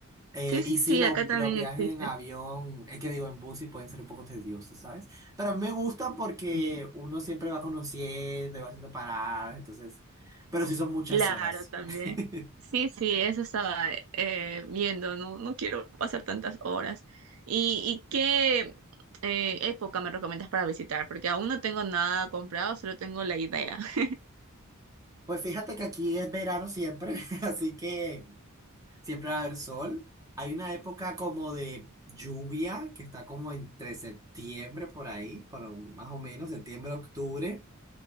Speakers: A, on the right; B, on the right.
A: Eh,
B: sí,
A: y sí,
B: sí,
A: lo-
B: acá también
A: los viajes
B: existe.
A: en avión, es que digo en bus y pueden ser un poco tediosos, ¿sabes? Pero a mí me gustan porque
B: sí.
A: uno siempre va conociendo y va haciendo paradas, entonces, pero sí son muchas
B: Claro,
A: horas.
B: también.
A: <laughs>
B: Sí, sí, eso estaba eh, viendo, no, no quiero pasar tantas horas. ¿Y, y qué eh, época me recomiendas para visitar? Porque aún no tengo nada comprado, solo tengo la idea. <laughs>
A: Pues fíjate que aquí es verano siempre, <laughs> así que siempre va a haber sol. Hay una época como de lluvia que está como entre septiembre por ahí, por un- más o menos, septiembre, octubre.